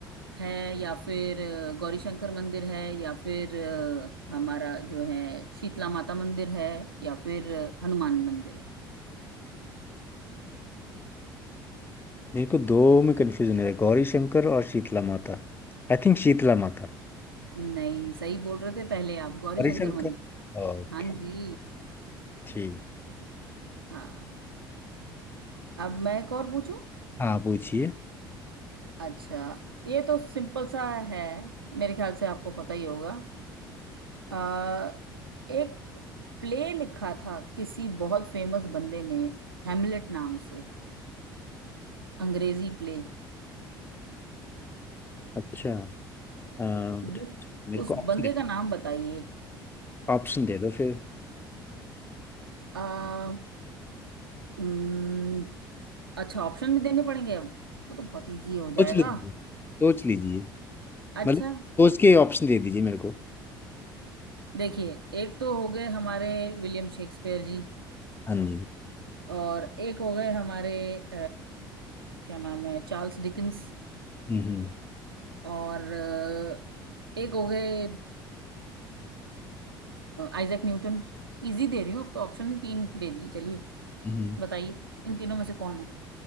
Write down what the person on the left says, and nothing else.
मेरे को दो में कंफ्यूजन हो रहा है गौरी शंकर और शीतला माता आई थिंक शीतला माता
गौरी शंकर
ओके
ठीक
हाँ पूछिए
अच्छा अ,
मेरे
को ऑप्शन
दे
ऑप्शन दे दो फिर
सोच
लीजिए सोच लीजिए
मतलब सोच के ऑप्शन दे दीजिए मेरे को
हाँ जी
हम्म
हम्म